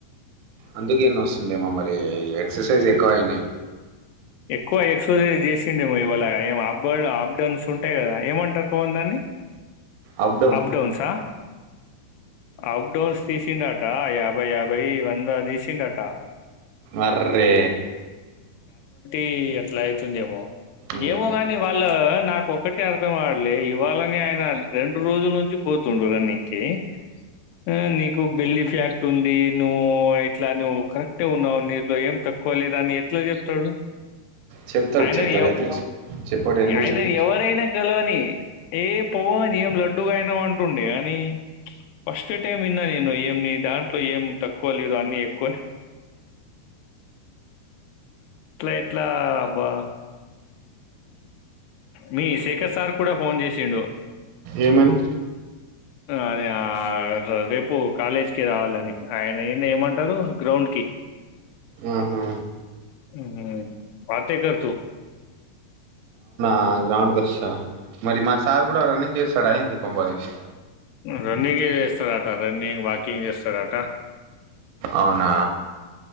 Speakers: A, on the right; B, on the left.
A: అందుకేనొస్తుందేమో మరి ఎక్సర్సైజ్ ఎక్కువ అయినాయ్
B: ఎక్కువ ఎక్సర్సైజ్ జేసి నేమో ఇవాలా ఏ అప్ అప్డన్స్ ఉంటాయి కదా ఏమంటారు పవన్ దాన్ని
A: అబ్దం
B: అప్ డౌన్సా అప్డౌన్స్ తీసిండటా ఆయా ఒక యాభై వందాదీసిండటా.
A: అర్రే
B: కీ అట్ల అయితుందేమో.
A: ఉమ్.
B: ఏమో కాని వాళ్ళ ఆ నాకు ఒకటే అర్థం కాలే ఇవాళని ఆయనా రెండు రోజుల్ నుంచి కూర్చుండు రన్నింగ్ కీ. ఆ నీకు బెల్లీ ఫ్యాట్ ఉందీ నువ్వూ ఇట్లా నువ్వు కరెక్టుగున్నావ్ నీలో ఏం తక్కువ లేదని ఎట్ల చెప్తడు.
A: చెప్తాడు
B: ఆయనని
A: చెప్తాడు
B: ఎవ్
A: ఎందుకు చెప్- చెప్పాడు ఎందుకు
B: ఆయననీ
A: చెప్పు
B: ఎవరైనా కలవనీ, ఏ పో అని ఏం లడ్డుగయినవ్ అంటుండే గానీ. ఫస్ట్ టైమ్ ఇన్న నేను ఏం ని దా ట్లో ఏం తక్కువ లేదు అన్ని ఎక్కువ ఇట్ల ఎట్లా. బా మీ శేఖర్ సార్ కూడా ఫోన్ చేశిండు.
A: ఏమని.
B: అదే ఆ రేపు కాలేజ్ కి రావాలని. ఆయన ఎ ఇంగ ఏమంటరూ గ్రౌండ్ కి.
A: ఆహా
B: ఊ బాతే కర్ తూ
A: ఆ గ్రౌండ్ కొస్తా. మరి మా సార్ గూడా రన్నింగ్ చేస్తాడా ఏంది. కొంపతీశి.
B: రన్నింగే చేస్తారట రన్నింగ్, వాకింగ్ చేస్తాడట.
A: అవునా